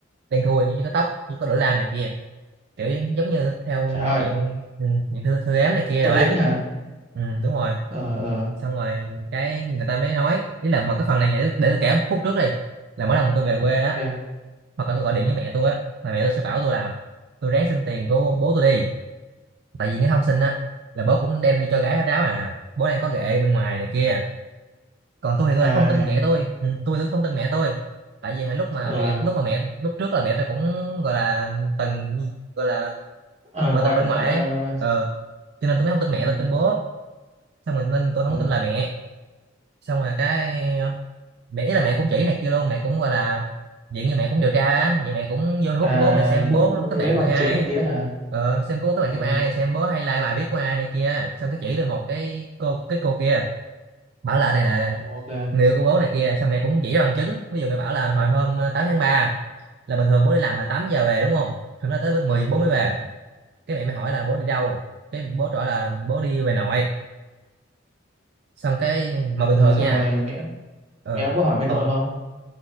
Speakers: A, on the right; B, on the right.
A: đen thui với có tóc với có lửa lam này kia kiểu giống giống như theo
B: trời ơi
A: dạng ừ, dạng thư thư ếm này kia
B: tâm
A: rồi
B: lính
A: ấy
B: hả
A: ừ, đúng rồi
B: ờ ờ
A: xong rồi cái người ta mới nói ý là một cái phần này để, để tôi kể một khúc trước đi là mỗi lần mà tôi về
B: ok
A: quê á
B: ok
A: hoặc là tôi gọi điện với mẹ tôi á là mẹ tôi sẽ bảo tôi là tôi ráng xin tiền của bố tôi đi tại vì nếu không xin á là bố cũng đem đi cho gái hết ráo à bố đang có ghệ bên ngoài này kia còn tôi thì tôi
B: Ai,
A: lại không tin mẹ tôi ừ, tôi tôi không tin mẹ tôi tại vì hồi lúc mà
B: ờ
A: mẹ lúc mà mẹ lúc trước là mẹ tôi cũng gọi là từng gọi là
B: Ờ,
A: ngoại
B: ngoại
A: tình bên
B: ờ,
A: ngoài ấy ờ cho nên tôi mới không tin
B: ờ,
A: mẹ tôi tin bố xong rồi nên tôi
B: ờ.
A: không có tin là mẹ xong rồi cái mẹ ý là mẹ cũng chỉ này kia luôn mẹ cũng gọi là diện như mẹ cũng điều tra á vậy mẹ cũng vô Facebook
B: à
A: của bố mẹ xem
B: cũng
A: bố
B: lấy
A: kết bạn
B: bằng
A: với ai
B: chứng này kia hả
A: ờ, xem cô các
B: ờ
A: bạn với ai xem bố hay like bài viết của ai này kia xong cái chỉ tôi một cái cô cái cô kia bảo là này là
B: ok
A: người yêu của bố này kia xong mẹ cũng chỉ ra bằng chứng ví dụ mẹ bảo là hồi hôm ờ, 8 tháng ba là bình thường bố đi làm là 8 giờ về đúng không hôm đó tới với 10 giờ bố
B: ờ,
A: mới về cái mẹ mới hỏi là bố đi đâu cái bố trả là bố đi về nội xong cái mà bình
B: ờ
A: thường
B: xong
A: nha
B: rồi mẹ
A: ờ
B: mẹ ông có hỏi bên
A: mà
B: nội không